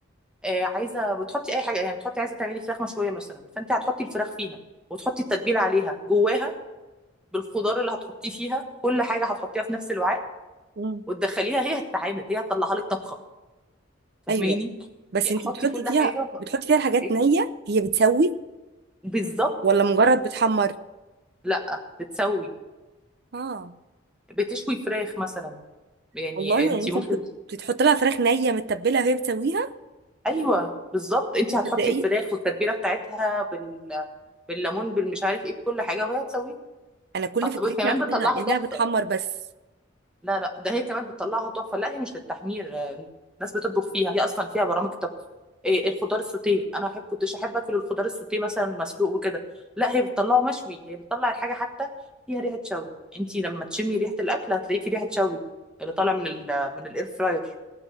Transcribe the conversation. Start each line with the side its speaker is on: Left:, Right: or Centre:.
Centre: آه، عايزه بتحطي اي حاجه يعني بتحطي عايزه تعملي فراخ مشويه مثلا فانت هتحطي الفراخ فيها وتحطي التتبيله عليها جواها بالخضار اللي هتحطيه فيها كل حاجه هتحطيها في نفس الوعاء
Right: مم.
Centre: وتدخليها هي هتتعامل هي هتطلعها لك طبخه فاهماني
Right: ايوه بس
Centre: يعني
Right: انت
Centre: حطي
Right: بتحطي
Centre: كل
Right: فيها
Centre: حاجه وح-
Right: بتحطي فيها الحاجات
Centre: إيه؟
Right: نيه هي بتسوي
Centre: بالظبط
Right: ولا مجرد بتحمر
Centre: لا بتسوي
Right: اه
Centre: بتشوي فراخ مثلا يعني
Right: والله
Centre: انت
Right: يعني انت
Centre: ممكن
Right: ممكن بتحط لها فراخ نيه متبله وهي بتسويها
Centre: ايوه بالظبط انت هتحطي
Right: تصدقي
Centre: الفراخ والتتبيله بتاعتها بال... بالليمون بالمش عارف ايه بكل حاجه وهي هتسويه
Right: انا كل
Centre: هت-
Right: فكرتي
Centre: كمان
Right: عنها
Centre: بتطلعها
Right: انها
Centre: تحفه
Right: بتحمر بس
Centre: لا لا ده هي كمان بتطلعها تحفه لا هي مش للتحمير آه، الناس بتطبخ فيها هي اصلا فيها برامج طبخ إيه الخضار السوتيه انا أحب كنتش احب اكل الخضار السوتيه مثلا مسلوق وكده لا هي بتطلعه مشوي هي بتطلع الحاجه حتى فيها ريحه شوي انت لما تشمي ريحه الاكل هتلاقيه في ريحه شوي اللي طالع من ال من الاير فراير